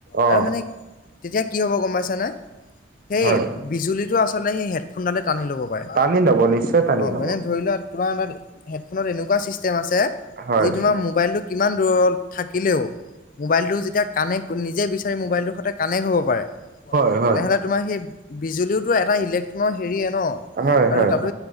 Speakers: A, on the right; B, on the left.
A: অ
B: আৰু মানে তেতিয়া, কি হ'ব গম পাইছা নে? সেই,
A: হয়
B: বিজুলীটো আচলতে সেই হেডফোনডালে টানি ল'ব পাৰে,
A: টানি ল'ব নিশ্চয় টানি
B: অ,
A: ল'ব
B: মানে ধৰি লোৱা তোমাৰ তাত হেডফোনত এনেকুৱা চিষ্টেম আছে
A: হয়
B: যি, তোমাৰ মোবাইলটো কিমান দূৰত থাকিলেও, মোবাইলটো যেতিয়া কানেক নিজেই বিচাৰি, মোবাইলটোৰ সৈতে কানেক্ট হ'ব পাৰে।
A: হয়
B: তেনেহ'লে, তোমাৰ সেই বিজুলীওতো এটা ইলেক্ট্ৰনৰ হেৰিয়ে ন'?
A: হয় হয়
B: আৰু
A: হয়
B: তাতো,